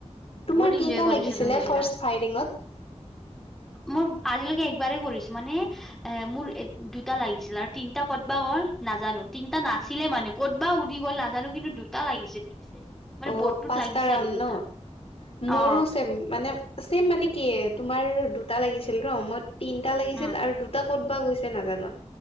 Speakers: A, on the left; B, in the centre.
A: তোমাৰ
B: বহুত
A: কেইটা
B: ইনজয় কৰিছিলো
A: লাগিছিলে
B: সেইদিনা
A: ফাৰ্ষ্ট ফাইটিঙত।
B: মোৰ আজিলৈকে একবাৰেই কৰিছো মানে এ মোৰ দুটা লাগিছিল আৰু তিনটা কতবা গল নাজানো তিনটা নাছিলে মানে ক'ত বা উৰি গ'ল নাজানো কিন্তু দুটা লাগিছে মানে
A: অ
B: বটটোত
A: পাঁচটা
B: লাগিছে
A: ৰাউণ্ড
B: আৰু দুটা
A: ন মোৰো
B: অ
A: চেম মানে ছেম মানে কি তোমাৰ দুটা লাগিছিল ন মই তিনটা লাগিছিল
B: উম
A: আৰু দু ক'ত বা গৈছে নাজানো